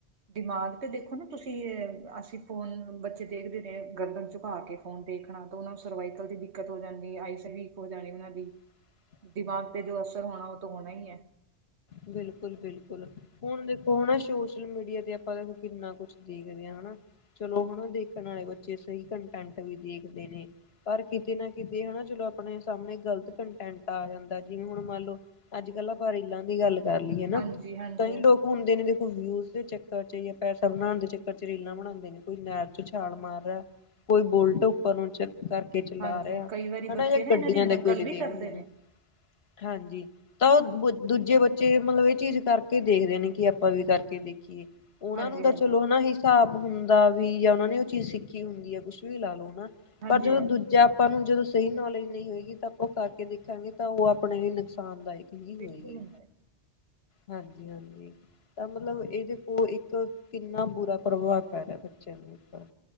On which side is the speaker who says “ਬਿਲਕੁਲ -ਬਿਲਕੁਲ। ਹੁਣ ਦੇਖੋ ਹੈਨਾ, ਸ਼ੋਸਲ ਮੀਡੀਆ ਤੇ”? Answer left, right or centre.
Left